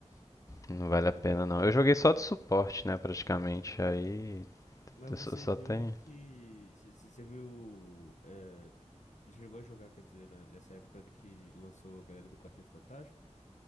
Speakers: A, on the left; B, on the left.
A: Não
B: Pô,
A: vale a pena, não. Eu joguei só de suporte, né, praticamente. Aí
B: Mas
A: eu
B: você
A: só, só
B: viu
A: tem.
B: que. Você você viu. eh, chegou a jogar, quer dizer, na- nessa época do que lançou a galera do Quarteto Fantástico?